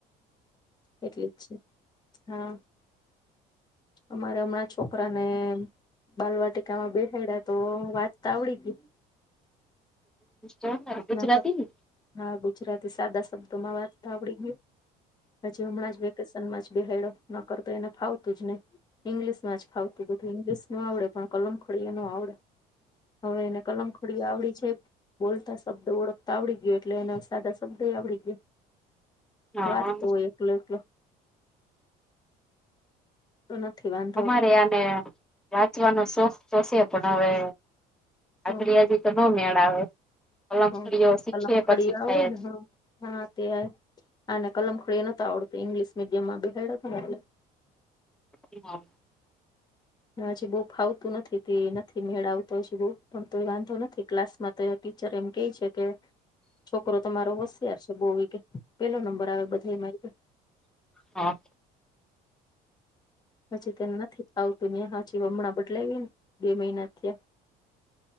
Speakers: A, on the left (about 25°); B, in the centre.
A: એટલી જ છે, હા, અમારે હમણાં છોકરાને બાલવાટિકામાં બેહાયડા તો વાંચતા આવડી ગયું.
B: <inaudible> ગુજરાતીને?
A: નકર હા ગુજરાતી સાદા શબ્દોમાં વાંચતા આવડી ગયું પછી હમણાં જ વેકેશ પન મા જ બેહાયડો ના કરતો એને ફાવતું જ નહી ઈંગ્લિશમાં જ ફાવતું બધું ઈંગલિશ ન આવડે પણ કલમ ખડીયા ન આવડે હવે એને કલમ ખડીએ આવડી છે બોલતા શબ્દ ઓળખતા આવડી ગયો એટલે એના સાદા શબ્દ એ આવડી ગયા,
B: હા
A: વાત તો <unintelligible> તો નથી વાંધ
B: અમારે આને વાંચવાનો શોખ તો છે પણ હવે આપડી
A: હમ
B: આ નો મેળ આવે પલખડીઓ
A: હમ
B: શીખીએ
A: કલમ ખડી
B: પછી
A: આવડે
B: ખાય
A: ને હા હા તેય અને કલમખડી નતો આવડતું ઇંગ્લિશ મીડિયમમાં બેહાયડા તા ને એટલે.
B: <unintelligible>
A: આજે બો ફાવતું નથી તે નથી મેળ આવતો હ બુ પણ તો એ વાંધો નથી ક્લાસમાં. તો ટીચર એમ કેય છે કે
B: <inaudible>
A: છોકરો તમારો હોશિયાર છે બહવી કે પેલો નંબર આવે બધા મારકે.
B: હા.
A: હછી તેને નથી ફાવતું ને હી હમણાં બદલાવી ને બે મહિના થયા.